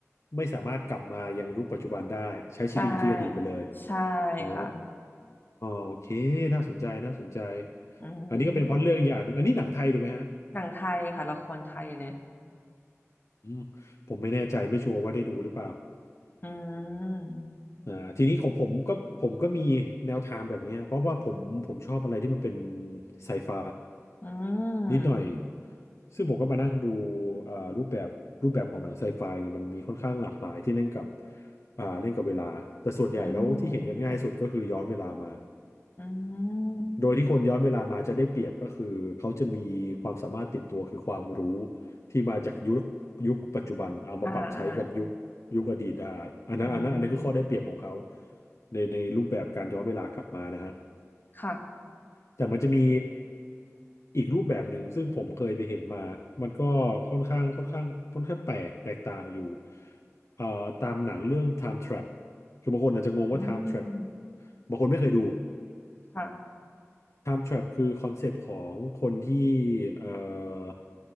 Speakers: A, on the left; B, on the left.
A: ไม่สามารถกลับมายังยุคปัจจุบันได้ใช้ชีวิตอยู่ที่อดีตไปเลย
B: ใช่ใช่
A: อ๋อ
B: ค่ะ
A: โอเคน่าสนใจน่าสนใจ
B: อืม
A: อันนี้ก็เป็นพล็อตเรื่องอย่างหนึ่งอันนี้หนังไทยถูกไหมฮะ
B: หนังไทยค่ะละครไทยเลย
A: อืมผมไม่แน่ใจไม่ชัวร์ว่าได้ดูหรือเปล่า
B: <laughs> อืม
A: อ่าทีนี้ของผมก็ผมก็มีแนวทางแบบเนี้ยเพราะว่าผมผมชอบอะไรที่มันเป็นไซไฟ
B: อืม
A: นิดหน่อย ซึ่งผมก็มานั่งดูเอ่อรูปแบบรูปแบบของหนังไซไฟเนี่ยมันมีค่อนข้างหลากหลายที่เล่นกับอ่าเล่นกับเวลา แต่ส่วนใหญ่แล้วที่เห็นกันง่ายสุดก็คือย้อนเวลามา
B: อืมอืม
A: โดยที่คนย้อนเวลามาจะได้เปรียบก็คือเขาจะมีความสามารถติดตัวคือความรู้ที่มาจากยุคยุคปัจจุบันเอามาปรับใช้กับยุคยุคอดีตได้อันนั้นอันนั้นอันนั้นคือข้อได้เปรียบของเขา
B: อ่าอ่าอืม
A: ในในรูปแบบการย้อนเวลากลับมานะฮะ
B: ค่ะ
A: แต่มันจะมีอีกรูปแบบหนึ่งซึ่งผมเคยไปเห็นมา มันก็ค่อนข้างค่อนข้างค่อนข้างแปลกแตกต่างอยู่เอ่อตามหนังเรื่อง Time Trap คือบางคนอาจจะงงว่า
B: อื
A: Time Trap
B: ม
A: บางคนไม่เคยดู
B: ค่ะ
A: Time Trap คือคอนเซปต์ของคนที่เอ่อ